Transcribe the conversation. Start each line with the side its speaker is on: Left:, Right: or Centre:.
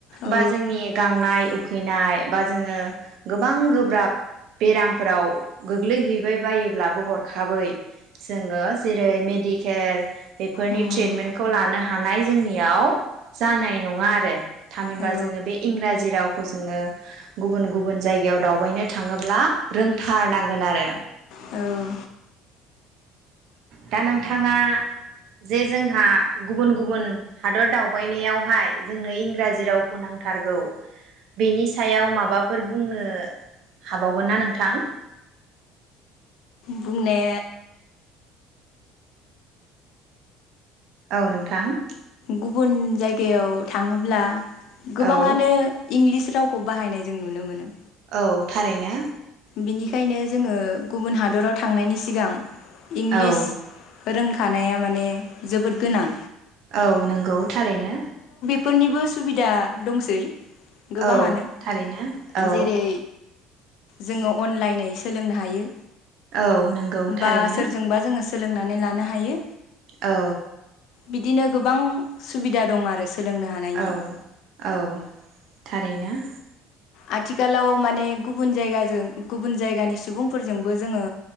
Left: औ
Right: बा जोंनि गांनाय उखैनाय बा जोङो गोबां गोब्राब बेरामफ्राव गोग्लैहैबाय बायोब्लाबो हरखाबै जोङो जेरै मेडिकेल बेफोरनि
Left: उम
Right: ट्रियेटमेन्टखौ लानो हानाय जोंनि याव जानाय नङा आरो थामहिनबा
Left: औ
Right: जोङो बे इंराजि राव खौ जोङो गुबुन गुबुन जायगायाव दावबायनो थाङोब्ला रोंथारनांगोन आरो
Left: औ
Right: दा नोंथाङा जे जोंहा गुबुन गुबुन हादर दावबायनायावहाय जोंनो इंराजि रावखौ नांथारगौ बेनि सायाव माबाफोर बुंनो हाबावगोन ना नोंथां ।
Left: बुंने
Right: औ नोंथां।
Left: गुबुन जायगायाव थाङोब्ला गोबाङानो
Right: औ
Left: इंलिस रावखौ बाहायनाय जों नुनो मोनो।
Right: औ थारैनो।
Left: बिनिखायनो जोङो गुबुन हादराव थांनायनि सिगां इंलिस
Right: औ
Left: रोंखानाया माने जोबोद गोनां
Right: औ नंगौ थारैनो।
Left: फोरनिबो सुबिदा दंसै गोबाङानो
Right: औ थारैनो औ।
Left: जेरै जोङो अनलाइनयै सोलोंनो हायो
Right: औ नंगौ
Left: बा
Right: थारैनो।
Left: सोरजोंबा जोङो सोलोंनानै लानो हायो
Right: औ।
Left: बिदिनो गोबां सुबिदा दं आरो सोलोंनो हानायनि
Right: औ औ थारैनो।
Left: आथिखालाव माने गुबुन जायगाजों गुबुन जायगानि सुबुंफोरजोंबो जोङो